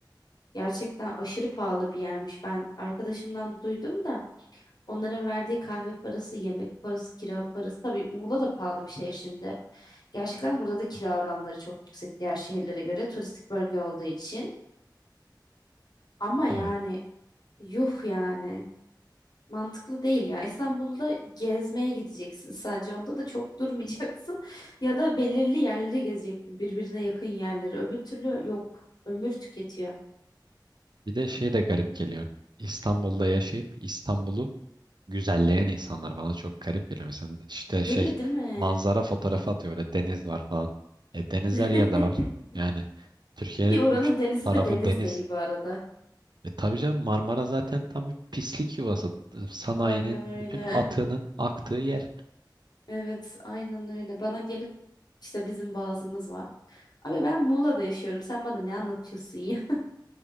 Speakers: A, on the left (about 60°); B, on the right (about 65°).
A: Gerçekten aşırı pahalı bir yermiş. Ben arkadaşımdan duydum da onların verdiği kahve parası, yemek parası, kira parası. Tabii Muğla da pahalı bir şehir şimdi. Gerçekten burada da kira oranları çok yüksek diğer şehirlere göre turistik bölge olduğu için. Ama yani
B: Evet.
A: yuh yani. Mantıklı değil ya. İstanbul'da gezmeye gideceksin sadece. Onda da çok durmayacaksın. <laughs> Ya da belirli yerleri gezeceksin. Birbirine yakın yerleri. Öbür türlü yok. Ömür tüketiyor.
B: Bir de şey de garip geliyor. İstanbul'da yaşayıp İstanbul'u güzelleyen insanlar bana çok garip geliyor. Mesela işte
A: Değil
B: şey
A: mi? Değil mi?
B: manzara fotoğrafı atıyor öyle deniz var falan. E, deniz
A: <laughs>
B: her yerde var. Yani Türkiye'nin
A: Ki oranın
B: üç
A: denizi
B: tarafı
A: de deniz
B: deniz.
A: değil bu arada.
B: E tabii canım Marmara zaten tam bir pislik yuvası. E, Sanayinin
A: Aynen öyle.
B: bütün atığının aktığı yer.
A: Evet, aynen öyle. Bana gelip işte bizim boğazımız var. Abi ben Muğla'da yaşıyorum. Sen bana ne anlatıyorsun ya? <laughs>